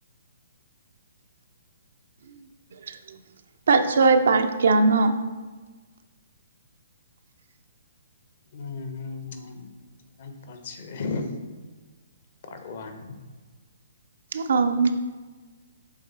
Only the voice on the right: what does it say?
<unintelligible> ꯄꯠꯁꯣꯏ ꯄꯥꯠ ꯀꯌꯥꯅꯣ
ꯑꯥꯎ